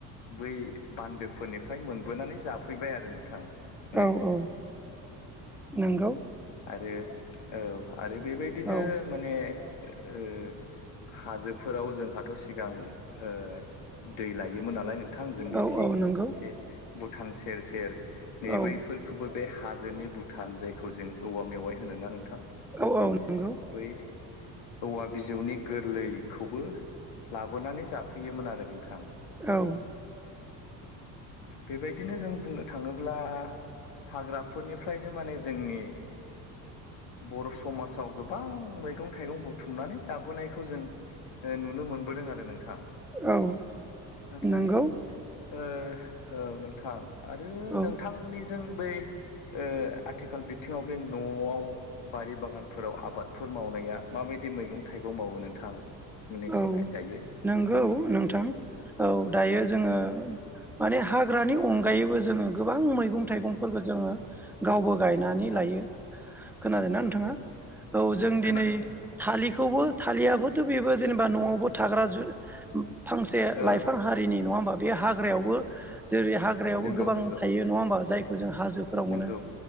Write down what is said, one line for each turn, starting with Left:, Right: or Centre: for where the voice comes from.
Left: बै बान्दोफोरनि फ्राय मोनबोनानै जाफैबाय आरो नोंथां। ने
Centre: औ औ नंगौ
Left: आरो औ आरो बेबायदिनो
Centre: औ
Left: माने ओ हाजोफोराव जोंहाथ' सिगां ओ दै लायोमोन नालाय नों थां जोंनिथिं
Centre: औ औ नंगौ
Left: एसे भुटान सेर सेर नै
Centre: औ
Left: बैफोरखौबो बे हाजोनि भुटान जायखौ जों औवा मेवाइ होनो ना नोंथां। माने
Centre: औ औ नंगौ
Left: बै औवा बिजौनि गोरलैखौबो लाबोनानै जाफैयोमोन आरो नोंथां।
Centre: औ।
Left: बेबायदिनो जों बुंनो थाङोब्ला हाग्राफोरनिफ्रायनो माने जोंनि बर' समासाव गोबां मैगं थाइगं बुथुमनानै जाबोनायखौ जों ओ नुनो मोनबोदों आरो नोंथां।
Centre: औ
Left: नाथाय
Centre: नोंगौ।
Left: ओ औ नोंथां आरो
Centre: औ
Left: नोंथांमोननिजों बै ओ आथिखाल बिथिङाव बे न'आव बारि बागानफोराव आबादफोर मावनाया माबाय दि मैगं थाइगं मावो नोंथां। मोननिथिंहाय
Centre: औ
Left: दायो
Centre: नंगौ नोंथां औ दायो जोङो माने हाग्रानि अनगायैबो जोङो गोबां मैगं थाइगंफोरखौ जोङो गावबा गाव गायनानै
Left: औ
Centre: लायो। खोनादोंना
Left: नंगौ
Centre: नोंथाङा औ जों
Left: खोनादों
Centre: दिनै
Left: नोंथां खोनादों
Centre: थालिखौबो थालियाबो <unintelligible> बेबो जेनेबा न'आवबो थाग्रा जु फांसे
Left: औ
Centre: लाइफां हारिनि नङा होमबा? बे हाग्रायावबो जेरै हाग्रायावबो
Left: नंगौ
Centre: गोबां
Left: नंगौ
Centre: थायो नङा होमबा जायखौ जों हाजोफोराव
Left: नंगौ
Centre: मोनो।